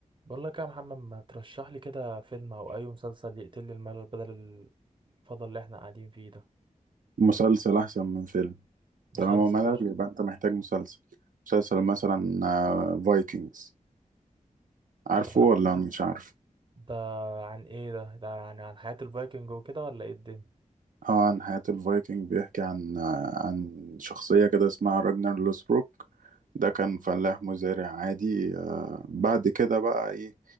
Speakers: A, on the right; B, on the right.
A: بقول لك يا محمد ما ترشح لي كده فيلم او اي مسلسل يقتل لي الملل بدل الفضل اللي احنا قاعدين فيه ده
B: مسلسل أحسن من فيلم
A: مسلسل
B: طالما ملل
A: قشطة
B: يبقى أنت محتاج مسلسل مسلسل مثلا فايكنجز عارفه
A: ده
B: ولا مش عارفه؟
A: ده عن ايه ده ده يعني عن حياة الفايكنج وكده ولا ايه الدنيا
B: اه عن حياة الفايكنج بيحكي عن آه، عن شخصية كده اسمها راجنر لوسبروك ده كان فلاح مزارع عادي آه، بعد كده بقى ايه